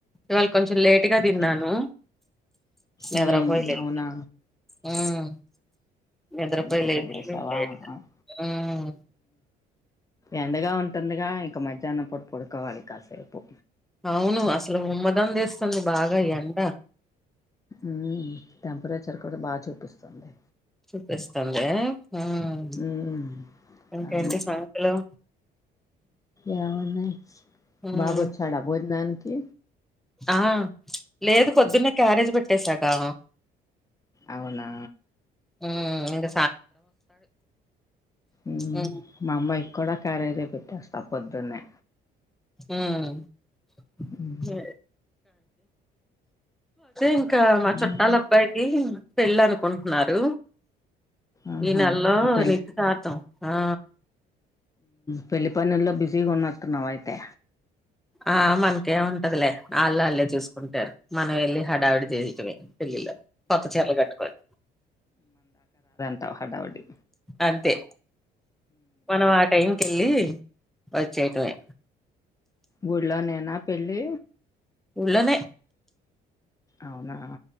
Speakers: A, in the centre; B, on the left.
A: ఇవాల్ కొంచెం లేటుగా
B: అయిపోయింది
A: తిన్నాను నిద్రపోయలే
B: ఉమ్ అవునా
A: హ్మ్ నిద్రపోయి
B: ఇప్పుడ ఇప్పుడ్తేసావా
A: లేచింది లేటుగా
B: హయ్
A: హ్మ్
B: ఎండగా ఉంటుందిగా ఇంకా మధ్యాహ్నం పొడి పడుకోవాలి కాసేపు
A: అవును అసలు ఉమ్మదం వేస్తుంది బాగ ఎండ
B: ఉమ్ టెంపరేచర్ కూడా బాగ చూపిస్తుంది
A: చూపిస్తుంది ఉమ్
B: ఉమ్
A: ఇంకేంటి
B: అవును
A: సంగతులు
B: ఏమున్నాయి
A: హ్మ్
B: బాబోచ్చాడ భోజనానికి
A: ఆ లేదు పొద్దున్నే క్యారేజ్ పట్టేసాగా
B: అవునా
A: ఉమ్ ఇంగ
B: ఉమ్
A: హ్మ్
B: మా అమ్మాయి కూడా క్యారేజ్ పెట్టేస్తా పొద్దున్నే
A: ఉమ్ <unintelligible>
B: ఉమ్,
A: ఇంక మా చుట్టాల
B: ఏమున్నాయి
A: అబ్బాయికి పెళ్ళ ను కుంటున్నారు
B: ఆహా
A: ఈ నెల్లో
B: ఆ పెళ్ళి
A: నేర్చితార్ధం ఆ
B: పెళ్లి పనుల్లో బిజీగా ఉన్నట్టున్నావయితే
A: ఆ మనకే ఉంటదులే వాళ్ళళ్ళే చూసుకుంటారు మనం వెళ్ళి హడావిడి చేయటమే పెల్లిలో కొత్త చీరలు కట్టుకొని
B: అంటా హడావిడి
A: అంతే మనం ఆ టైమ్కి వెళ్ళి వచ్చేయ్టమే
B: ఊళ్లో నేనా పెళ్ళి
A: ఉల్లోనే
B: అవునా